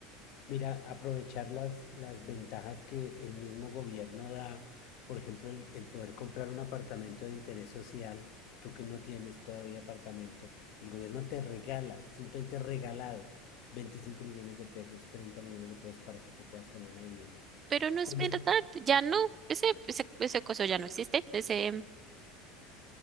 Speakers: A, on the left; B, on the right.
A: Mira, aprovechar las, las ventajas que el mismo gobierno da, por ejemplo, el, el poder comprar un apartamento de interés social, tú que no tienes todavía apartamento, el gobierno te regala, simplemente regalado, 25 millones de pesos, 30 millones de pesos para que tú puedas tener una vivienda.
B: Pero no es
A: ¿Cómo
B: verdad,
A: no?
B: ya no, ese, ese, ese coso ya no existe, ese,